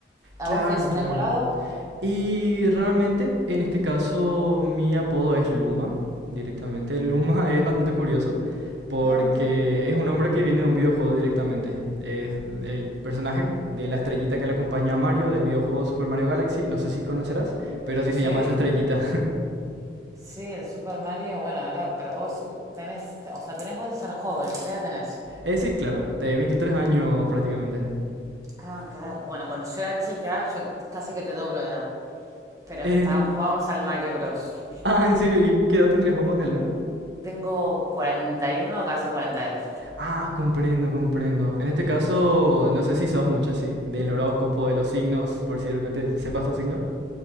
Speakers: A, on the right (about 20°); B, on the right (about 75°).
A: ¿A
B: Claro,
A: vos te dicen
B: claro.
A: de algún lado?
B: Y realmente, en este caso, mi apodo es Luma, directamente. Luma <laughs> es bastante curioso porque
A: Ah, mirá.
B: es un nombre que viene de un videojuego directamente. Es el personaje de la estrellita que le acompaña a Mario del videojuego Super Mario Galaxy. No sé si conocerás, pero así se
A: Sí,
B: llama esa estrellita. <laughs>
A: sí, el Super Mario. Bueno, ahora, pero vos tenés, o sea, tenés vos de ser joven, ¿qué edad tenés?
B: Eh, sí, claro, de 23 años prácticamente.
A: Ah, claro. Bueno, cuando yo era chica, yo casi que te doblo de edad. Pero
B: Eh,
A: estábamos, jugábamos al Mario Bros.
B: ah, ¿en serio? ¿Y qué edad tendrías vos, Magdalena?
A: Tengo 41, casi 42.
B: Ah, comprendo, comprendo. En este caso,
A: Sí, sí.
B: no sé si sos mucho así, del horóscopo, de los signos, por si de repente sepas tu signo. <laughs>